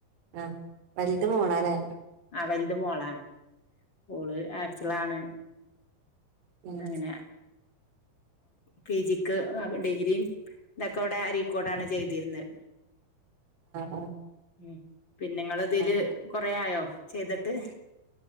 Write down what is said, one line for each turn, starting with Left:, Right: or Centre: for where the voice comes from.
Right: ആഹ് വലുത് മോളാല്ലേ
Left: ഇങ്ങള് ആ വല് ത് മോളാണ് ഓള് ഹാഫിളാണ്
Right: ഉം
Left: അങ്ങനെ പി ജിക്ക് ഡിഗ്രിയും വിടെ അരീക്കോടാണ്
Right: ആഹ്
Left: ചെയ്തിരുന്നത്
Right: ആഹ്
Left: ഉ പിന്നെ ഇങ്ങള് ഇതില്
Right: ആഹ്
Left: കൊറെ ആയോ ചെയ്തിട്ട്